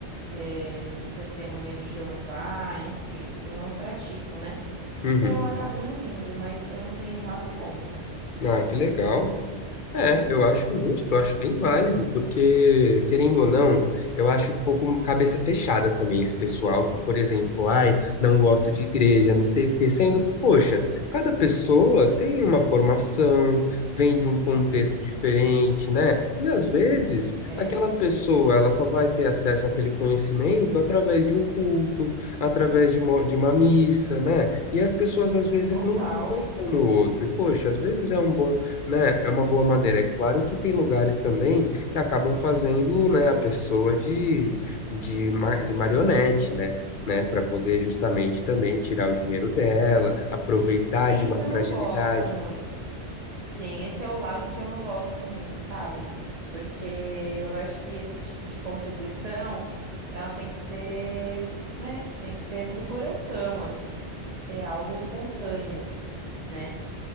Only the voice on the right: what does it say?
é, testemunha de Jeová, enfim, eu não pratico, né?
Então eu acabo não indo, mas eu não tenho nada contra.
É,
total.
É
isso
eu
não gosto muito. Sim, esse é o lado que eu não gosto muito, sabe? Porque eu acho que esse tipo de contribuição, ela tem que ser, né? Tem que ser do coração, assim. Tem que ser algo espontâneo, né?